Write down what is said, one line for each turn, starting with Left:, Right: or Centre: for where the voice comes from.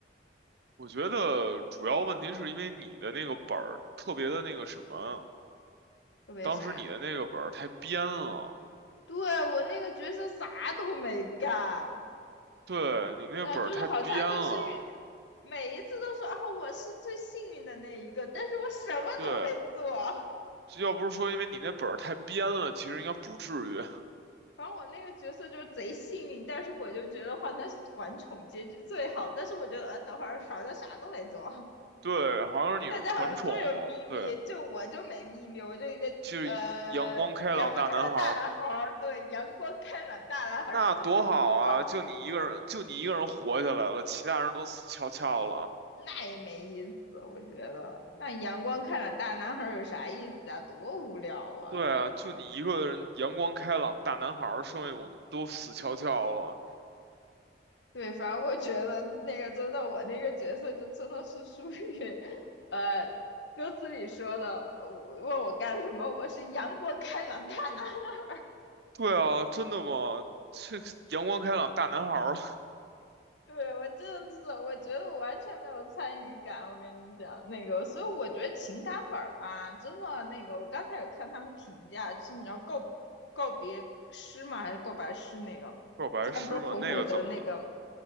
Right: 我觉得主要问题是因为你的那个本儿特别的那个什么啊，
Left: 特别傻。
Right: 当时你的那个本儿太编了。
Left: 对，我那个角色啥都没干，
Right: 对你那本儿太编了，
Left: 那就是好像就是遇每一次都说啊，我是最幸运的那一个，但是我什么都没做。
Right: 对，要不是说因为你那本儿太编了，其实应该不至于。<laughs>
Left: 反正我那个角色就是贼幸运，但是我就觉得好他是团宠结局最好。但是我觉得，呃，等会儿少的啥都没做，
Right: 对，好像你是团宠，
Left: 大家好像都有秘密，
Right: 对，
Left: 就我就没秘密，我就一个呃阳光开朗大男孩儿，
Right: 就是阳光开朗大男孩儿，
Left: 对，阳光开朗大男孩儿指的就是我，
Right: 那多好啊！就你一个人，就你一个人活下来了，其他人都死翘翘了。
Left: 那也没意思，我觉得那阳光开朗大男孩儿有啥意思啊？多无聊啊！
Right: 对啊，就你一个人阳光开朗大男孩儿，剩下我们都死翘翘了。
Left: 对，反正我觉得那个真的，我那个角色就真的是属于，呃，歌词里说的，呃我问我干什么，我是阳光开朗大男。<laughs>
Right: 对啊，真的吗？这个阳光开朗大男孩儿
Left: 对，我真的是，我觉得我完全没有参与感。我跟你讲，那个，所以我觉得情感本儿吧，真的那个，我刚才有看他们评价，是你要告告别诗吗？还是告白诗那个？
Right: <laughs> 告白诗吗？
Left: 现在不是很火的那个
Right: 那个怎么了？